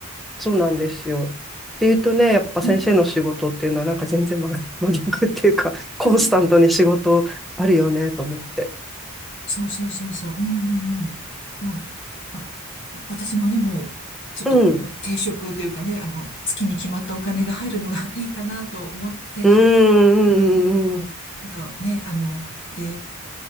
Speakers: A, in the centre; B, on the left.
A: う、そうなんですよ。っていうとね、やっぱ先生の仕事っていうのはなんか全然真真逆っていうか、
B: うん。
A: コンスタントに仕事あるよね、
B: うん。
A: と思って。
B: そうそうそうそう。うんうんうん。そう。まあ、私もね、もう、ちょっとまあ定職というかね、
A: うん。
B: あの、月に決まったお金が入るのが <laughs> いいかなと思って、
A: うーん、
B: うんうんうん。
A: うん、
B: なんかね、あの、で、